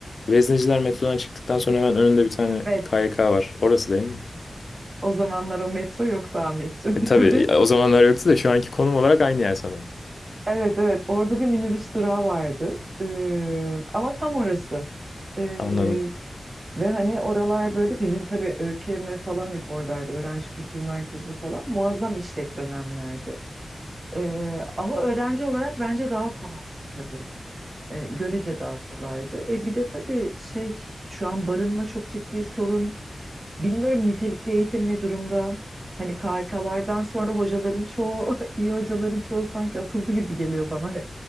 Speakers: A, on the left (about 65°); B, on the right (about 40°).
A: Vezneciler metrodan çıktıktan sonra hemen önünde bir tane
B: Evet,
A: KYK var. Orası değil mi?
B: o zamanlar o metro yoktu Ahmetciğim.
A: E,
B: <laughs>
A: tabii o zamanlar yoktu da şu anki konum olarak aynı yer sanırım.
B: Evet evet orada bir minibüs durağı vardı. Ee, ama tam orası. Ee,
A: Anladım.
B: ve hani oralar böyle bizim tabii ÖKM falan hep oradaydı. Öğrenci Kültür Merkezi falan. Muazzam işlek dönemlerdi. Ee, ama öğrenci olarak bence daha kolaydı tabii. Ee, görece daha kolaydı. E, bir de tabii şey şu an barınma çok ciddi sorun. Bilmiyorum nitelikli eğitim ne durumda? Hani KHK'lardan sonra hocaların çoğu, <laughs> iyi hocaların çoğu sanki atıldı gibi geliyor bana